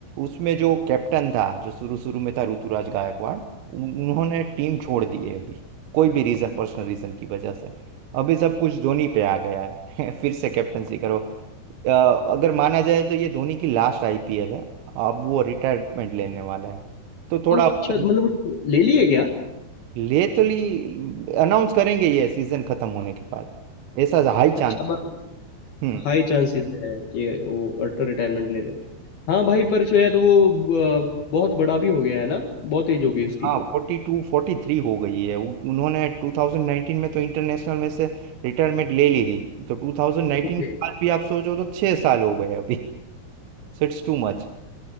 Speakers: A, on the right (about 85°); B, on the left (about 55°).
A: उसमें जो कैप्टन था जो शुरू शुरू में था ऋतुराज गायकवाड़ उन- उन्होंने टीम छोड़ दी है अभी कोई भी रीजन पर्सनल रीजन की वजह से अभी सब कुछ धोनी पे आ गया है <laughs> फिर से कैप्टनसी करो अ, अगर माना जाए तो ये धोनी की लास्ट आईपीएल है अब वो रिटायरमेंट लेने वाला है तो थोड़ा
B: था अच्छा
A: अपन
B: मतलब वो ले लिए क्या
A: ले तो ली अनाउंस करेंगे ये सीजन खत्म होने के बाद ऐसा हाई चांस
B: अच्छा अब
A: हम्म।
B: हाई चांसेस है कि वो रिटायरमेंट ले ले हाँ भाई पर जो है तो वो अ, बहुत बड़ा भी हो गया है ना बहुत एज हो गई उसकी
A: हाँ फोर्टी टू फोर्टी थ्री हो गई है उ- उन्होंने 2019 में तो इंटरनेशनल में से रिटायरमेंट ले ली थी तो 2019
B: ओके
A: के बाद भी आप सोचो तो छह साल हो गए अभी So it's too much